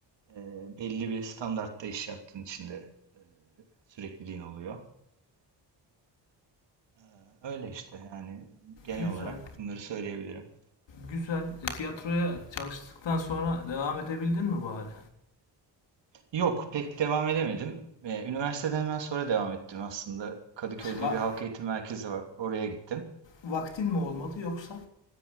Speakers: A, on the right; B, on the left.
A: e, belli bir standartta iş yaptığın için de sürekliliğin oluyor. Ee, öyle işte yani genel
B: Güzel.
A: olarak bunları söyleyebilirim.
B: Güzel. E, tiyatroya çalıştıktan sonra devam edebildin mi bari?
A: Yok pek devam edemedim. Ee, üniversiteden hemen sonra devam ettim aslında. Kadıköy'de
B: Va-
A: bir halk eğitim merkezi var. Oraya gittim.
B: vaktin mi olmadı yoksa?